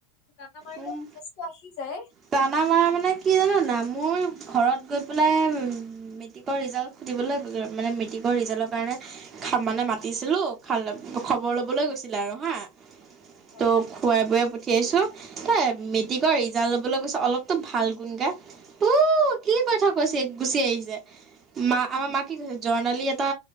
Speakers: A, on the left (about 55°); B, on the right (about 25°).
A: টানা মাৰিলে
B: উম
A: জ'চটো আহি যায়।
B: টানা মাৰা মানে কি জান নাই মোৰ ঘৰত গৈ পেলাই মেট্ৰিকৰ ৰিজাল্ট সুধিবলৈ মানে মেট্ৰিকৰ ৰিজাল্টৰ কাৰণে খাব মানে মাতিছিলো খবৰ লবলৈ গৈছিলে আৰু হা
A: অ
B: ত' খুৱাই বুৱাই পঠ ঠিয়াইছো <unintelligible> মেট্ৰিকৰ ৰিজাল্ট লব লৈ গৈছে অলপতো ভাল গুণ গা ও কি কথা কৈছে গুচি আহিছে। মা আমাৰ মাক কি কৈছে জৰ্ণালী এটা